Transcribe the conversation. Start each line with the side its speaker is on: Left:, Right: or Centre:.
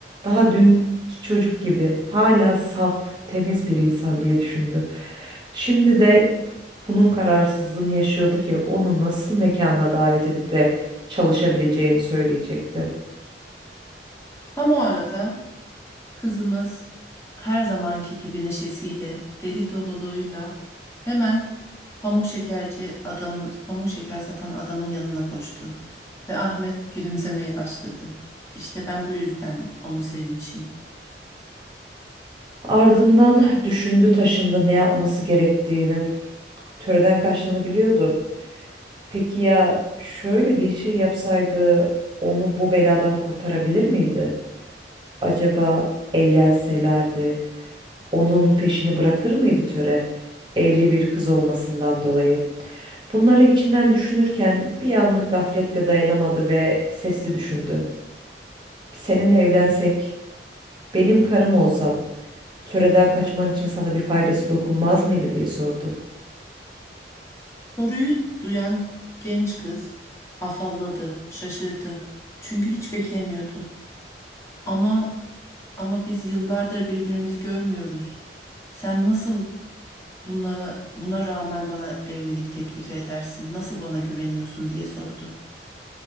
Right: Daha dünkü çocuk gibi, hala saf, temiz bir insan diye düşündü. Şimdi de bunun kararsızlığını yaşıyordu ki onu nasıl mekanına davet edip de çalışabileceğini söyleyecekti.
Left: Tam o arada Kızımız her zamanki gibi neşesiyle, deli doluluğuyla hemen pamuk şekerci adamı, pamuk şeker satan adamın yanına koştu. Ve Ahmet gülümsemeye başladı. İşte ben bu yüzden onu sevmişim.
Right: Ardından düşündü taşındı ne yapması gerektiğini. Töreden kaçtığını biliyordu. Peki ya şöyle bir şey yapsaydı onu bu beladan kurtarabilir miydi? Acaba evlenselerdi onun peşini bırakır mıydı töre? Evli bir kız olmasından dolayı. Bunları içinden düşünürken bir anlık gaflette dayanamadı ve sesli düşündü. Seninle evlensek, benim karım olsan, töreden kaçman için sana bir faydası dokunmaz mıydı diye sordu.
Left: Soruyu duyan genç kız afalladı, şaşırdı. Çünkü hiç beklemiyordu. Ama ama biz yıllardır birbirimizi görmüyoruz. Sen nasıl Buna, buna rağmen bana evlilik teklifi edersin, nasıl bana güveniyorsun diye sordu.